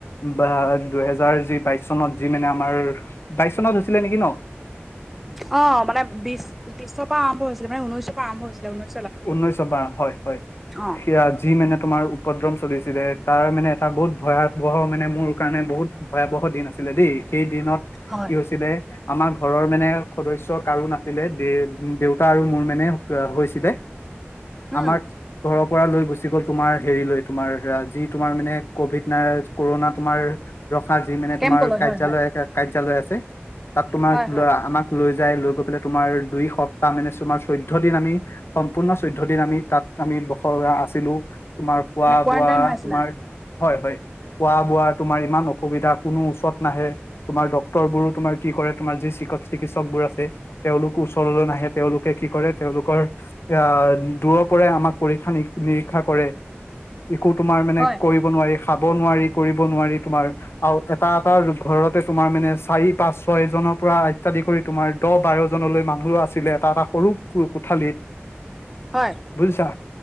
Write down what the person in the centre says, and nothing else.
অ মানে বিশ বিশৰ পৰা আৰম্ভ হৈছিলে মানে ঊনৈশৰ পৰা আৰম্ভ হৈছিলে ঊনৈছ।
অ
হয়
উম
কেম্পলৈ
হয় হয়
হয় হয়
মানে কোৱাৰেণ্টাইন
হৈ আছিলা
হয়
হয়